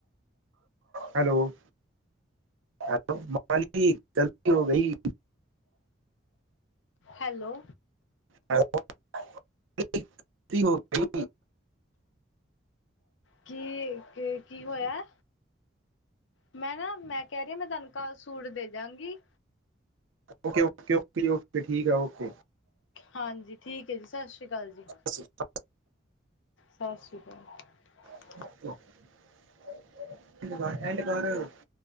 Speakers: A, on the right (about 80°); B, on the left (about 75°).
A: ਹੈਲੋ ਹੈਲੋ ਮਾਲਿਕ ਗਲਤੀ ਹੋ ਗਈ।
B: ਹੈਲੋ
A: <unintelligible>
B: ਕੀ -ਕੀ -ਕੀ ਹੋਇਆ? ਮੈਂ ਨਾ ਮੈਂ ਕਹਿ ਰੀ ਮੈਂ ਤੁਹਾਨੂੰ ਕਲ ਸੂਟ ਦੇ ਜਾਗੀ।
A: ਓਕੇ -ਓਕੇ -ਓਕੇ -ਓਕੇ ਠੀਕ ਆ ਓਕੇ।
B: ਹਾਂਜੀ ਠੀਕ ਏ ਜੀ ਸਤਿ ਸ਼੍ਰੀ ਆਕਾਲ ਜੀ।
A: ਸਤਿ
B: ਸਤਿ ਸ਼੍ਰੀ ਅਕਾਲ।
A: <unintelligible>